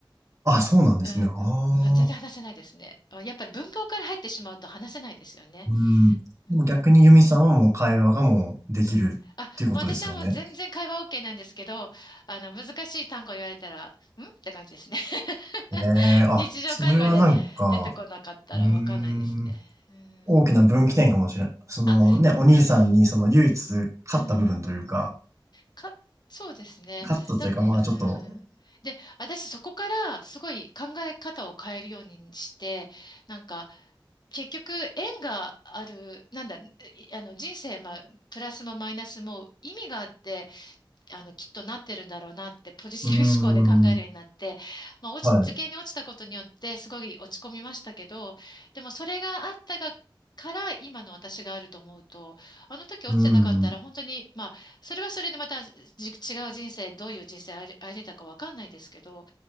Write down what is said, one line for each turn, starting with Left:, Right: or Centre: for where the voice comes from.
Right: あ。あ、そうなんですね。
Left: うん、
Right: ああ。
Left: まあ全然話せないですね。あやっぱり文法から入ってしまうと話せないですよね。
Right: うん。
Left: うん
Right: でも逆にユミさんはもう会話がもうできるっていうことですよね。
Left: あ、まあ私はもう全然会話 OK なんですけど、あの、難しい単語言われたら、んって感じですね。<laughs>
Right: ええあ、
Left: 日常会話で出てこなかったらわかんないですね。
Right: それはなんか、うーん、
Left: うん。
Right: 大きな分岐点かもしれん。そのね、
Left: あ、
Right: お兄さんにその唯一勝った部分というか、
Left: うん。か、そうですね。
Right: 勝ったというか、
Left: だ、
Right: まあちょっと、
Left: うん。で、私そこからすごい考え方を変えるようにして、なんか、結局縁がある、なんだ、いあの人生、まあ、プラスもマイナスも意味があってあの、きっとなってるんだろうなって、ポジティブ思考で考えるようになって、
Right: うーん、
Left: まあ、落ち、
Right: はい、
Left: 受験に落ちたことによって、すごい落ち込みましたけど、でもそれがあったが、から今の私があると思うと、あの時落ちてなかったら本当に、
Right: うーん、うん、
Left: まあ、それはそれでまたじ違う人生、どういう人生歩んでたかわかんないですけど、